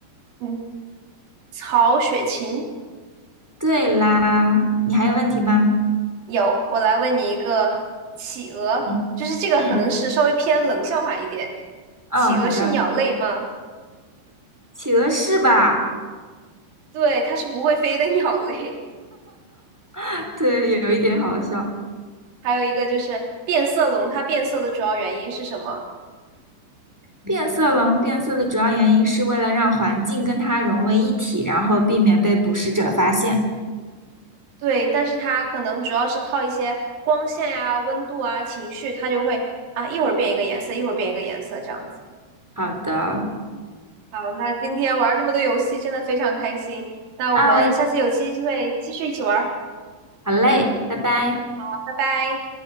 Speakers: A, on the right; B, in the centre.
A: 嗯，曹雪芹
B: 对啦，你还有问题吗？
A: 有，我来问你一个，企鹅，
B: 嗯
A: 就是这个可能是稍微偏冷笑话一点。
B: 嗯，哦，
A: 企鹅是鸟类吗？
B: 好的，企鹅是吧？
A: 对，它是不会飞的鸟类。
B: <laughs> 对，有一点好笑。
A: <laughs> 还有一个就是变色龙，它变色的主要原因是什么？
B: 变色龙变色的主要原因是为了让环境跟它融为一体，然后避免被捕食者发现。
A: 对，但是它可能主要是靠一些光线呀、温度啊、情绪，它就会啊一会儿变一个颜色，一会儿变一个颜色这样子。
B: 好的，
A: 好，那今天玩这么多游戏，真的非常开心。那我们下次有机会继续一起玩儿
B: 啊，我也好嘞，拜拜。
A: 好拜拜。